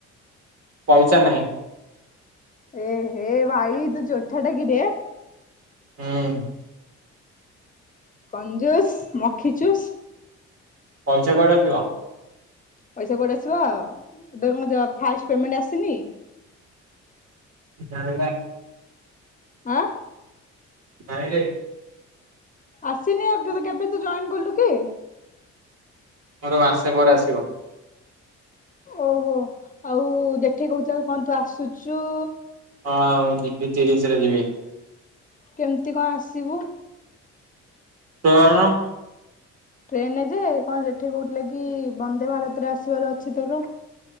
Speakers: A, on the right (about 55°); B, on the left (about 25°).
A: ପଇସା ନାହିଁ।
B: ଏ ହେ ଭାଇ ତୁ ଚୋଠା ଟା କିରେ।
A: ହୁଁ।
B: କଜୁସ ମଖିଚୁସ୍।
A: ପଇସା କୁଆଡୁ ଆସିବ।
B: ପଇସା କୋଉଁଠୁ ଆସିବ ଆ ଫାଷ୍ଟ ପେମେଣ୍ଟ ଆସିନି।
A: ନା ନା।
B: ଆଁ।
A: ନାଇରେ।
B: ଆସିନି ଆ କେବେ ତ ଜଏନ୍ କଲୁ କି?
A: ମୋର ମାସେ ପରେ ଆସିବ।
B: ଓହୋ ଆଉ ଦେଠି କହୁଥିଲା କଣ ତୁ ଆସୁଛୁ।
A: ହଁ ଆଉ ଯିବି ତିରିଶରେ ଯିବି।
B: କେମିତି କଣ ଆସିବୁ?
A: କଣ?
B: ଟ୍ରେନରେ ଯେ କଣ ଯେଠି କହୁଥିଲେ କି ବନ୍ଦେ ଭାରତରେ ଆସିବାର ଅଛି ତୋର।